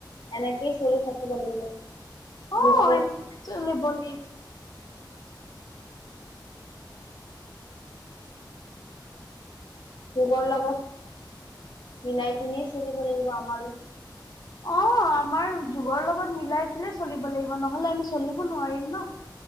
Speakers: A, on the left; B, on the left.
A: এনেকেই চলি থাকিব লাগিব।
B: অ',
A: ভূগল
B: এনেকে
A: <inaudible>
B: চলিব লাগিব।
A: যুগৰ লগত মিলাই কিনিয়ে চলিব লাগিব আমাৰো।
B: অ', আমাৰ যুগৰ লগত মিলাই পেলাই চলিব লাগিব। নহলে আমি চলিব নোৱাৰিম ন? <unintelligible>